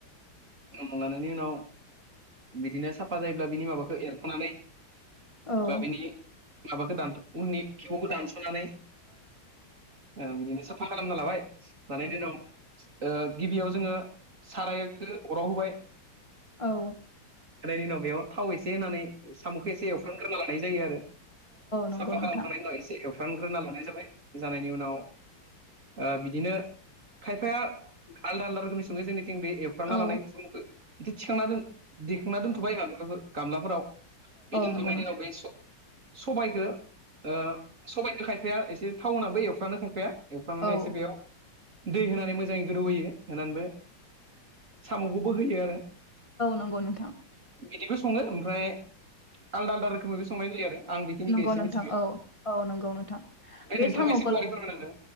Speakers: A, on the right; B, on the left.
A: उम लानायनि उनाव बिदिनो साफा जायोब्ला बिनि माबाखौ एरखानानै
B: औ-औ-औ-औ-औ-औ-औ-औ-औ-औ-औ-औ
A: बा बिनि माबाखौ दानथ उननि खिबुखौ दानसनानै ओ‌ बिदिनो सा खालामना लाबाय लानायनि उनाव ओ गिबियाव जोङो सारायखो अराव होबाय
B: औ।
A: होनायनि उनाव बेयाव थाव एसे होनानै सामुखौ एसे एवफरग्रोना लानाय जायो आरो
B: नंगौ
A: साफा खालामखांनायनि
B: नोंथां
A: उनाव एसे एवफ्रामग्रोना लानाय जाबाय जानायनि उनाव ओ बिदिनो खायफाया आलदा आलदा रोखोमनि सङो जोंनि थिं बे एवफ्रामना
B: औ-औ-औ-औ-औ-औ
A: लानाय सामुखौ इदि थिखांना दोन दिखांना दोनथबाय माबाफोर गामलाफोराव बे दोन्थनायनि
B: नंगौ नोंथां
A: दिनाव बे स सबायखौ ओ सबायखौ खायफाया एसे टाउ होनाबो एवफ्रामो खायफाया एवफ्रामनानै
B: औ-औ-औ
A: एसे बेयाव दै होनानै मोजाङै गोदौ होयो होनानै बे सामुखौबो होयो आरो
B: नंगौ नोंथां
A: बिदिबो संङो ओमफ्राय आलदा आलदा रोखोमैबो संनाय जायो आरो आं बेखिनिखौ
B: नंगौ
A: एसे
B: नोंथां
A: मिथि
B: औ-औ नंगौ नोंथां बे
A: नोंथाङा
B: सामुखौ
A: एसे गुवारै फोरमायना होदों